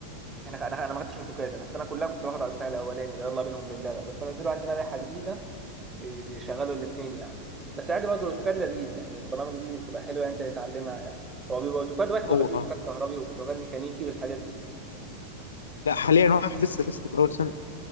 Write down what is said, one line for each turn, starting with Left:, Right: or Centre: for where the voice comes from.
Right: انا انا انا ما خدتش اوتوكاد انا السنه كلها كنت باخد على البتاع الاولاني ده يلا بينهم لله بقى. بس نزلوا عندنا لائحه جديده بي- بيشغلوا الاثنين يعني بس عادي برضه الاوتوكاد لذيذ يعني البرامج دي بتبقى حلوه يعني انت تتعلمها يعني هو بيبقى اوتوكاد واحد
Left: هو
Right: ولا في اوتوكاد
Left: اه
Right: كهربي واوتوكاد ميكانيكي بالحاجات دي
Left: لا حاليا واحد لسه لسه في اول سنه